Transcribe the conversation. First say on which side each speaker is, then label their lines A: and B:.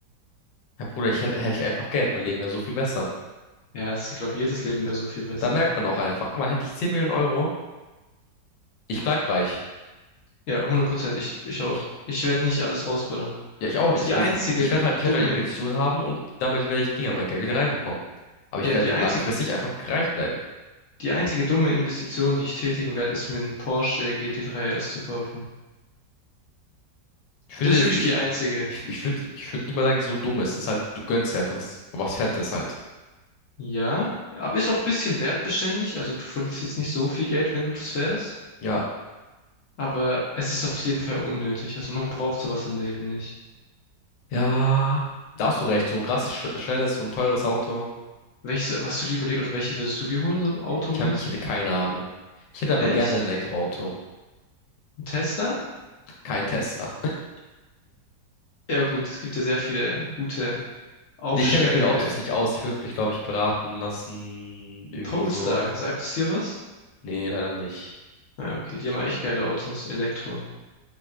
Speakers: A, on the left (about 85°); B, on the left (about 60°).
A: Ja, Bruder, ich hätte, hätte ich einfach Geld, mein Leben wäre so viel besser.
B: Ja, es- ich glaube, jedes Leben wäre so viel besser.
A: Da merkt man auch einfach, guck mal, hätte ich 10 Millionen Euro, ich bleib reich.
B: Ja, hundert Prozent. Ich, ich auch.
A: Ich,
B: Ich werde nicht alles rausballern.
A: ja, ich auch nicht.
B: Die einzige
A: Also, ich werde halt, ich
B: dumme,
A: werde halt Investitionen haben und damit werde ich Dinger mein Geld wieder reinbekommen. Aber
B: ja,
A: ich werde
B: die einzig,
A: langfristig einfach reich bleiben.
B: die einzige dumme Investition, die ich tätigen werde, ist mir einen Porsche GT3 RS zu kaufen.
A: Ich würde,
B: Das ist wirklich
A: ich,
B: die einzige.
A: ich, ich würde, ich würde nicht mal sagen, dass es so dumm ist. Es ist halt, du gönnst dir halt was. Und Was Fettes halt.
B: Ja, ja, aber ist auch ein bisschen wertbeständig. Also du verlierst jetzt nicht so viel Geld, wenn du das fährst.
A: Ja.
B: Aber es ist auf jeden Fall unnötig. Also man braucht sowas im Leben nicht.
A: Ja. Da hast du recht. So ein krass sch schnelles und teures Auto.
B: Welches, hast du dir überlegt, also welches würdest du dir holen, so automäßig?
A: Ich hab, ich hätte keine Ahnung. Ich hätte aber
B: Echt?
A: gerne ein Elektroauto.
B: Ein Tesla?
A: Kein Tesla. <laughs>
B: Ja gut, es gibt ja sehr viele gute aufsteigende
A: Nee, ich kenne mich mit Autos nicht aus. Ich würde mich, glaube ich, beraten lassen. Irgendwie
B: Polestar,
A: so.
B: sagt es dir was?
A: Nee, leider nicht.
B: Ja, okay, die haben echt geile Autos. Elektro.